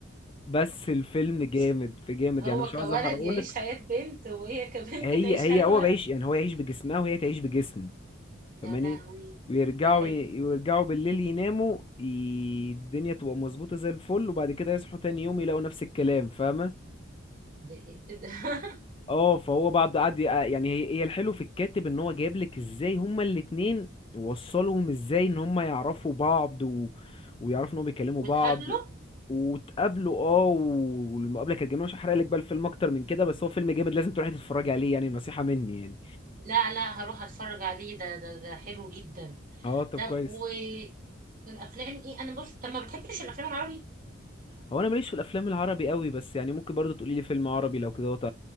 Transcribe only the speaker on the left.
بس الفيلم جامد
في جامد
يعني مش عاوز
احرقهولك
هي
هي
هو
بيعيش يعني هو يعيش بجسمها وهي تعيش بجسمه
فماني
ويرجعوا
ي- ويرجعوا بالليل يناموا ي- الدنيا تبقى مظبوطة زي الفل وبعد كده يصحوا تاني يوم يلاقوا نفس الكلام فاهمة
اه فهو بعد قعد ي- يعني هي هي الحلو في الكاتب ان هو جايب لك ازاي هما الاتنين وصلهم ازاي ان هما يعرفوا بعض و... ويعرفوا ان هما بيكلموا
بعض وتقابلوا اه و- والمقابله كانت جميله مش هحرق لك بقى الفيلم اكتر من كده بس هو فيلم جامد لازم تروحي تتفرجي عليه يعني نصيحه مني يعني
اه طب
كويس
هو انا ماليش في الافلام العربي قوي بس يعني ممكن برضو تقولي لي فيلم عربي لو كده وت-